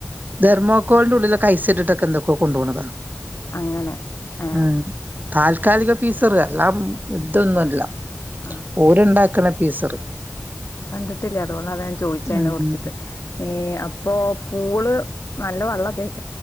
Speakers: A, on the right; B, on the left.
A: െർമോക്കോളിന്റെ ഉള്ളിലൊ കഴിച്ചട്ടിട്ടൊക്കെ എന്തൊക്കെ കൊണ്ടുപോണതാ
B: അങ്ങനെ ഏ
A: ഉം താൽക്കാലിക പീസറ് എല്ലാം ഇതൊന്നുമല്ല
B: ആഹ്
A: ഓരുണ്ടാക്കണ പീസറ്
B: ഞാൻ കണ്ടിട്ടില്ലേ അതുകൊണ്ട അത ഞാൻ ചോദിച്ച അെ
A: ഉം
B: കുറിച്ചിട്ട് ഇപ്പോൊ പൂള് നല്ല വെള്ളമൊക്കെ ആ